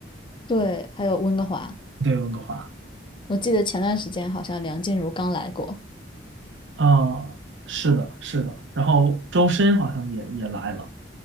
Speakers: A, on the left; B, on the right.
A: 对，还有温哥华，
B: 对，温哥华。
A: 我记得前段时间好像梁静茹刚来过，
B: 啊，是的，是的。然后周深好像也也来了